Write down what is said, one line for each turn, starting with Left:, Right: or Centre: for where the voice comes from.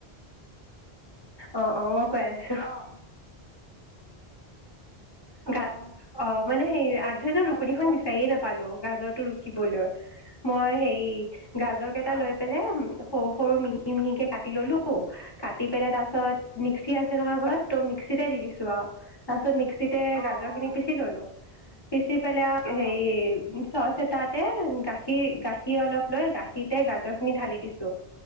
Left: অ অ কৈ আছো
Right: অঁ অঁ
Left: গাত অ মানে সেই আ থনিও
Right: তাৰপিছত
Left: ৰুকনিখন বিচাৰিয়ে নাপালো গাজৰ টো ৰুকিবলৈ মই হেৰি গাজৰ কেইটা
Right: অঁ
Left: লৈ পেলাই সৰু সৰু মিহি মিহিকে কাটি ললো কাটি পেলাই তাৰপাছত মিক্সি আছে নহয় ঘৰত ত মিক্সিতে দি দিছো আৰু তাৰপিছত মিক্স তে
Right: অঁ
Left: গাজৰ খিনি
Right: অঁ
Left: পিচি ললো পিচি পেলাই
Right: অঁ
Left: হেৰি চচ এটাতে গাখীৰ গাখীৰ অলপ লৈ গাখীৰতে গাজৰ খিনি ঢালি দিছো